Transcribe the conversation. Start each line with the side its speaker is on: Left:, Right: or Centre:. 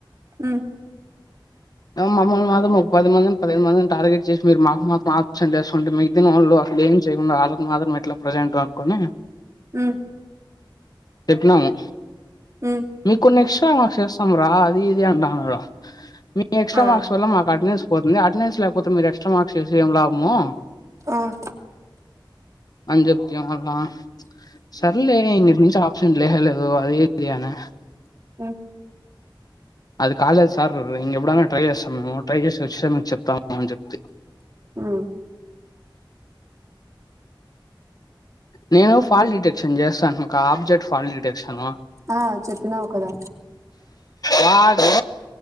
Right: ఉ
Left: ఏమో మమ్మల్ని మాత్రం ఒక పది మందిని పదిహేను మందిని టార్గెట్ చేసి మీరు మాకు మాత్రం ఆబ్సెట్లు వేసుకుంటే మిగితిన వాళ్ళు అఫి ఏం చేయకుండా ఆళ్ళకు మాత్రం ఎట్లా ప్రజెంట్ అనుకొని
Right: ఉమ్
Left: చెప్పినాము
Right: ఉమ్
Left: మీకు కొన్ని ఎక్స్ట్రా మార్క్స్ ఏస్తాం రా అది ఇది అంటాడు అడా మీ ఎక్స్ట్రా
Right: ఆ
Left: మార్క్స్ వల్ల మాకు అటెండెన్స్ పోతుంది అటెండెన్స్ లేకపోతే మీరు ఎక్స్ట్రా మార్క్స్ ఏసి ఏం లాభము
Right: ఆన్
Left: అంజత్య అల్లా సర్లే ఇంగా నిన్స్ ఆప్షన్ లేనేలేదు ఓ అది ఇది అనే
Right: ఉ
Left: అది కాలేజ్ సార్ ఇంగ ఎప్పుడన్నా ట్రై చేసు అంమోడు ట్రై చేసి వచ్చ మీకు చెప్తాము అని చెప్తే
Right: ఉమ్
Left: నేను ఫాల్ట్ డిటెక్షన్ చేస్తాను ఒక ఆబ్జెక్ట్ ఫాల్ట్ డిటెక్షన్
Right: ఆ చెప్పిన్నావు కదా
Left: వాడు